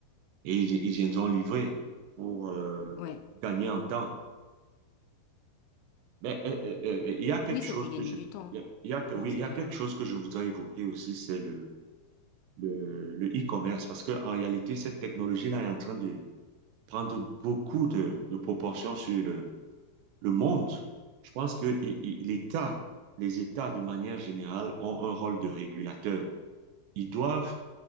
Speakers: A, on the right; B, on the left.
A: et ils, ils viendront livrer pour euh,
B: Ouais.
A: gagner en temps. Mais euh, euh, euh, euh, il y a quelque
B: Oui,
A: chose
B: ça fait gagner
A: que je,
B: du
A: il
B: temps
A: y a, il y a- oui,
B: dans ces
A: il y a
B: cas-là,
A: quelque
B: oui.
A: chose que je voudrais évoquer aussi, c'est le, le, le e-commerce, parce que en réalité, cette technologie-là est en train de prendre beaucoup de, de proportions sur le, le monde. Je pense que i- i- l'État, les États de manière générale ont un rôle de régulateur. Ils doivent